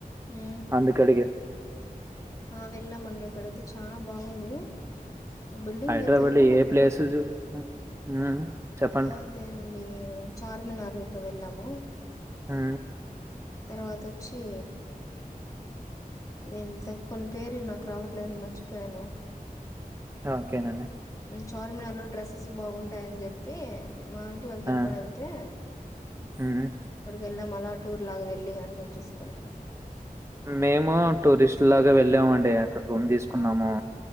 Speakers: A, on the left; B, on the right.
A: ఉమ్
B: అందుకడిగ
A: ఆ వెళ్ళామండి అక్కడైతే చాలా బాగుంది బిల్డింగ్లుయితే
B: హైదరాబాద్ లో ఏ
A: బలే
B: ప్లేసులు చూ హ్మ్ చెప్పండి
A: అఅదేనండి చార్మినార్కి వెళ్ళము
B: ఆ
A: తర్వాతొచ్చి అదే కొన్ని పేర్లు నాకు రావట్లేదుని మర్చిపోయాను
B: ఓకేనండి
A: చార్మినార్ లో డ్రస్సెస్ బాగుంటాయని చెప్పి మా ఆంటి వెళ్తడుకని
B: ఆ
A: వెళ్తే
B: హ్మ్
A: అక్కడికి వె మ అలా టూర్ లాగా వెళ్లి అన్ని చూసి
B: మేము టూరిస్ట్ లాగా వెళ్ళామండి అక్కడ రూమ్ తీసుకున్నాము
A: ఆ